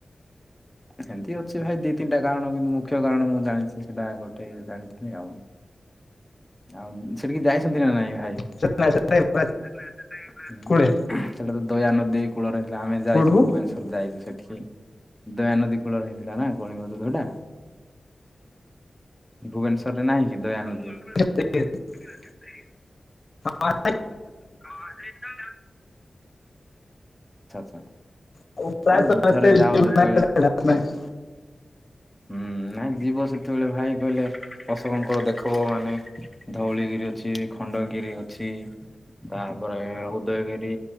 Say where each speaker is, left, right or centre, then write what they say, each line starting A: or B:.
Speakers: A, in the centre; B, on the left.
A: ଏମିତି ଅଛି ଭାଇ ଦି ତିନିଟା କାରଣ କିନ୍ତୁ ମୁଖ୍ୟ କାରଣ ମୁଁ ଜାଣିଛି ସେଇଟା ଗୋଟେ ଜାଣିଥିଲି ଆଉ। ଆଉ ସେଠିକି ଯାଇଛନ୍ତି ନା ନାଇଁ ଭାଇ?
B: <unintelligible>
A: ହୁଁ।
B: କୋଉଠେ
A: ସେଟା ତ ଦୟାନଦୀ କୂଳ ରେ ସେଟା ଆମେ ଯାଇଛୁ
B: କୋଉଠୁକୁ
A: ଭୁବନେଶ୍ୱରୁ ଯାଇଛୁ ସେଠିକି। ଦୟାନଦୀ କୂଳରେ ହେଇଥିଲା ନା କଳିଙ୍ଗ ଯୁଦ୍ଧ ଟା। ଭୁବନେଶ୍ୱରରେ ନାହିଁ କି ଦୟାନଦୀ?
B: <unintelligible>
A: <unintelligible>
B: ହଁ।
A: ଆଚ୍ଛା ଆଚ୍ଛା।
B: ଉପାୟ
A: ନାଇଁ ଥରେ ଯାଅ
B: <unintelligible>
A: ଯେତେବେଳେ ହୁଁ ନାଇଁ ଯିବ ସେତେବେଳେ ଭାଇ କହିଲେ ଅଶୋକଙ୍କର ଦେଖବ ମାନେ ଧଉଳିଗିରି ଅଛି, ଖଣ୍ଡଗିରି ଅଛି। ତାପରେ-ଏ-ଏ ଉଦୟଗିରି